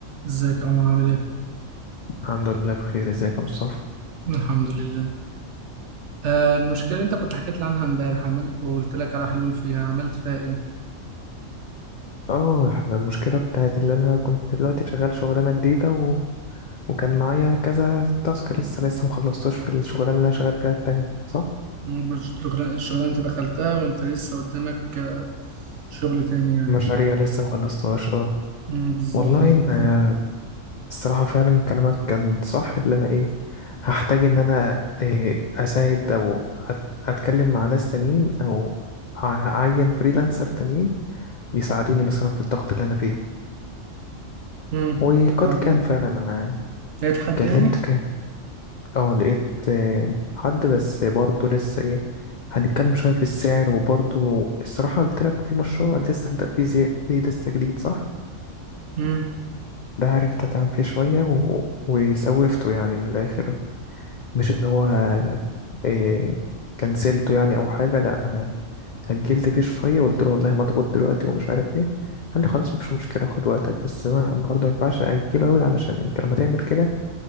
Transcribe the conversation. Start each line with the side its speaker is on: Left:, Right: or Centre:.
Right: ازيك يا عمر عامل ايه؟
Left: الحمد لله بخير ازيك يا مصطفى
Right: الحمد لله آه المشكلة اللي انت كنت حكيت لي عنها امبارح عملت وقلت لك على حلول فيها عملت فيها ايه؟
Left: اه احنا المشكله بتاعت اللي انا كنت دلوقتي شغال شغلانه جديده و... وكان معايا كذا تاسك لسه لسه مخلصتوش في الشغلانه اللي انا شغال فيها التانية صح
Right: امم الشغلانة انت دخلتها وانت لسه قدامك آه، شغل تاني يعني
Left: مشاريع لسه مخلصتهاش اه
Right: امم بالظبط
Left: والله
Right: عملت
Left: ان آه،
Right: ايه؟
Left: الصراحه فعلا كلامك كان صح اللي انا ايه هحتاج ان انا إيه اساعد او أت- اتكلم مع ناس تانيين او أع- اعين فريلانسر تانيين يساعدوني مثلا في الضغط اللي انا فيه
Right: امم
Left: وقد
Right: بعدين
Left: كان فعلا انا
Right: لقيت حد
Left: كلمت
Right: يعني؟
Left: اه لقيت آه، حد بس برضه لسه ايه هنتكلم شوية في السعر وبرضه الصراحة قلت لك في مشروع لسه هبدأ فيه زي... فيه لسه جديد صح؟
Right: امم
Left: ده عرفت أتعامل فيه شوية و... وسوفته يعني من الآخر مش اللي هو إيه كنسلته يعني أو حاجة لأ أنا هجلت فيه شوية وقلت له والله مضغوط دلوقتي ومش عارف ايه قال لي خلاص مفيش مشكلة خد وقتك بس أنا برضه مينفعش أجله أوي علشان أنت لما تعمل كده